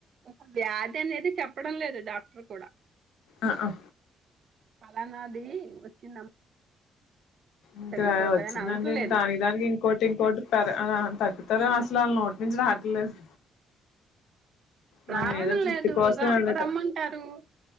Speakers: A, on the right (about 55°); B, on the left (about 80°).
A: ఒక వ్యాధి అనేది చెప్పడం లేదు డాక్టర్ కూడా
B: అ ఆ
A: పలానాది వచ్చిందమ్మ
B: ఇంతా
A: తగ్గిపోతాయని
B: వచ్చిందండి
A: అనట్లేదు
B: ఇంకా దానికి దానికి ఇంకోటి ఇంకోటి పెర్ ఆ తగ్గుతదా అసలు వాళ్ళ నోటి నుంచి రావట్లేదు మనం
A: రావడం
B: ఏదో తృప్తి
A: లేదు
B: కోసం
A: రమ్
B: వెళ్ళటం
A: రమ్మంటారు